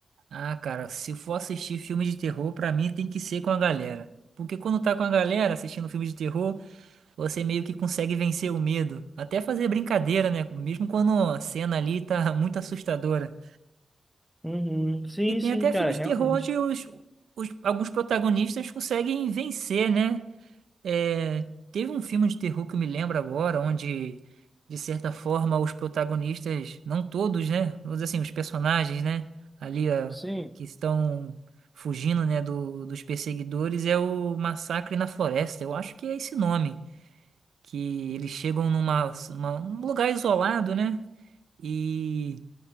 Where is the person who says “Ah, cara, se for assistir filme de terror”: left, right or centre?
Right